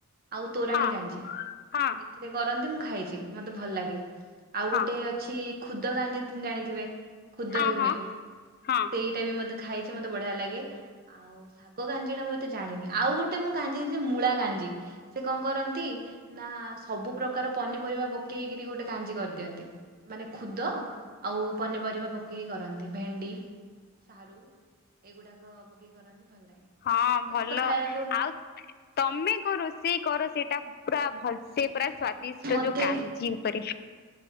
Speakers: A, on the right; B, on the left.
A: ଆଉ ତୋରାଣୀ
B: ହଁ
A: କାଞ୍ଜୀ
B: ହଁ
A: ଏଥିରେ କରନ୍ତି ମୁଁ ଖାଇଛି ମତେ ଭଲ ଲାଗେ। ଆଉ
B: ହଁ
A: ଗୋଟେ ଅଛି ଖୁଦ କାଞ୍ଜି ଜାଣିଥିବେ ଖୁଦରେ
B: ହଁ ହଁ
A: ହୁଏ
B: ହଁ
A: ସେଇ ଟା ମୋତେ ଖାଇଛି ମତେ ବଢିଆ ଲାଗେ ଆଉ ଶାଗ କାଞ୍ଜି ଟା ମୁ ଏତେ ଜାଣିନି ଆଉ ଗୋଟେ ମୁଁ କାଞ୍ଜି ଦେଖିଚି ମୁଁ ଳା କାଞ୍ଜୀ ସେ କଣ କରନ୍ତି ନା ସବୁ ପ୍ରକାର ପନିପରିବା ପକେଇକି ଗୋଟେ କାଞ୍ଜୀ କରି ଦିଅନ୍ତି ମାନେ ଖୁଦ ଆଉ ପନିପରିବା ପକେଇକି କରନ୍ତି ଭେଣ୍ଡି। ସାରୁ ଏଇଗୁଡାକ ପକେଇ କରନ୍ତି। ଭଲ ଲାଗେ
B: ହଁ
A: ଭାତ
B: ଭଲ
A: ସହିତ ଖାଇବାକୁ
B: ଆଉ ତମେ କଣ ରୋଷେଇ କର ସେଇଟା ପୁରା ଭଲସ ସେ ପୁରା ସ୍ଵାଦିଷ୍ଟ
A: ମତେ
B: ଯୋଉ କଞ୍ଜି ଉପରେ